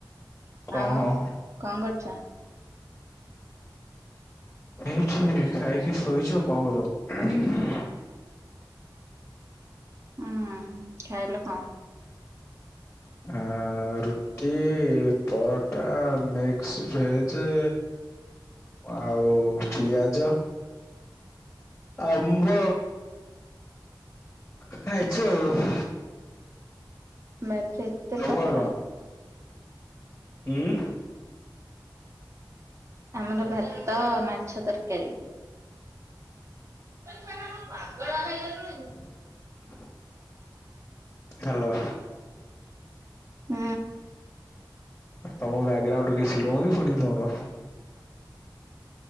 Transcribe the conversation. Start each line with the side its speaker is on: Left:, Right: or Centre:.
Left: କଣ
Right: ଆଉ
Left: ହଁ
Right: କଣ କରୁଚ?
Left: ଏଇଠି ଖାଇକି ସୋଇଛୁ ଆଉ କଁ କରିବୁ?
Right: ଉଁ ଖାଇଲ କଁ?
Left: ଆ ଆ ରୁଟି ପରଟା ମିକ୍ସ ଭେଜେ। ଆଉ ପିଆଜ। ଆମ୍ବ। ଖାଇଛୁ ଆଉ।
Right: ମା ଏଥିରେ ଏତେ
Left: ତମର
Right: ପ୍ରକାର?
Left: କଣ ଉଁ?
Right: ଆମର ଭାତ ମାଛ ତରକାରୀ। ସ୍ୱଚ୍ଛା ଗଣ ପାଗଳ ହେଇଗଲୁଣି?
Left: <inaudible> ହାଲୋ।
Right: ହୁଁ।
Left: ତମ ବ୍ୟାଗ୍ରାଉଣ୍ଡୁ କିଏ ଚିଲଉଚି ଫୁଣି ତମର।